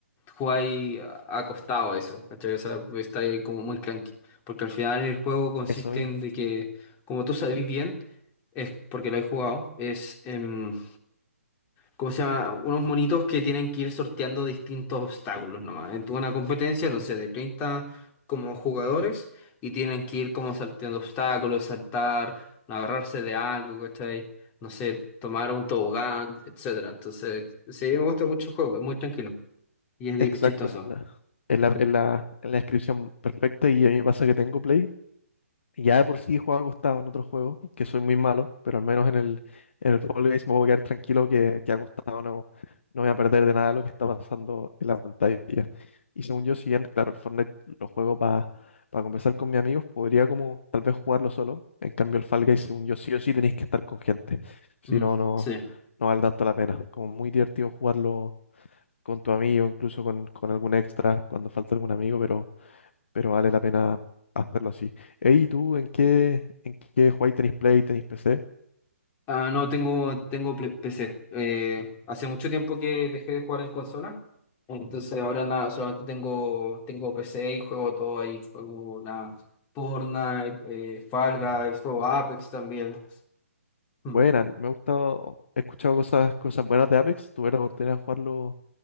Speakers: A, on the left; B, on the left.
A: jugáis acostado a eso, ¿cachai? O sea, estáis como muy clanky. Porque al final el juego consiste
B: Eso mismo,
A: en de que, como tú sabes bien, es porque lo he jugado, es, em, ¿cómo se llama? Unos monitos que tienen que ir sorteando distintos obstáculos nomás. En una competencia, no sé, de 30 como jugadores y tienen que ir como salteando obstáculos, saltar, no agarrarse de algo, ¿cachai? No sé, tomar un tobogán, etcétera. Entonces, sí, me gusta mucho el juego, es muy tranquilo y es di-
B: exacto,
A: es chistoso.
B: esa es la, es la, es
A: Mm.
B: la, es la descripción perfecta y a mí me pasa que tengo Play Ya de por sí he jugado acostado en otros juegos, que soy muy malo, pero al menos en el, en el Fall Guys me voy a quedar tranquilo que, que acostado no, no voy a perder de nada lo que está pasando en la pantalla. Y según yo, si bien, claro, el Fortnite lo juego para conversar con mis amigos, podría como tal vez jugarlo solo. En cambio, el Fall Guys, según yo, sí o sí tenéis que estar con gente. Si
A: Mm,
B: no, no,
A: sí.
B: no vale tanto la pena. Como muy divertido jugarlo con tu amigo, incluso con, con algún extra, cuando falta algún amigo, pero pero vale la pena hacerlo así. Ey, ¿y ¿tú en qué, en qué jugáis? ¿Tenéis Play, tenéis PC?
A: Ah, no, tengo, tengo ple- PC. Eh, hace mucho tiempo que dejé de jugar en consola. Entonces ahora nada, solamente tengo, tengo PC y juego todo ahí. Juego nada, Fortnite, eh, Fall Guys, juego Apex también. Mm.
B: Buena, me ha gustado, he escuchado cosas, cosas buenas de Apex, tuve la oportunidad de jugarlo